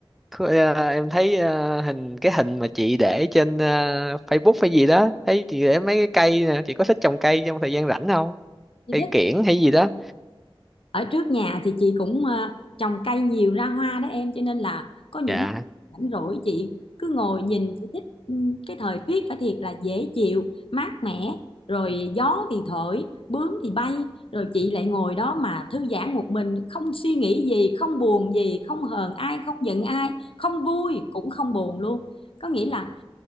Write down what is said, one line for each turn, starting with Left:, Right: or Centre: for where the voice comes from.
Centre: Thôi, à, em thấy à, hình cái hình mà chị để trên à, Facebook hay gì đó thấy chị để mấy cái cây nè chị có thích trồng cây trong thời gian rảnh không
Left: như
Centre: cây
Left: thế
Centre: kiểng hay gì đó
Left: ở trước nhà thì chị cũng ờ, trồng cây nhiều ra hoa đó em cho nên là có những
Centre: dạ
Left: lúc rảnh rỗi chị cứ ngồi nhìn chị thích ừ, cái thời tiết phải thiệt là dễ chịu mát mẻ rồi gió thì thổi bướm thì bay rồi chị lại ngồi đó mà thư giãn một mình không suy nghĩ gì không buồn gì không hờn ai không giận ai không vui cũng không buồn luôn có nghĩa là